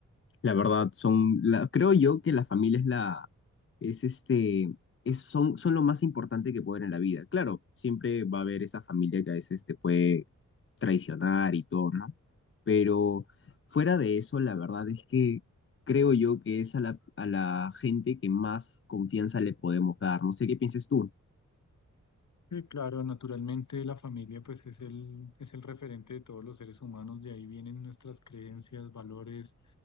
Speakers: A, on the left; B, on the left.
A: la verdad, son, la, creo yo que la familia es la, es este, es, son, son lo más importante que pueden en la vida. Claro, siempre va a haber esa familia que a veces te puede traicionar y todo, ¿no? Pero fuera de eso, la verdad es que creo yo que es a la, a la gente que más confianza le podemos dar. No sé qué pienses tú.
B: Sí, claro, naturalmente la familia pues es el, es el referente de todos los seres humanos, de ahí vienen nuestras creencias, valores,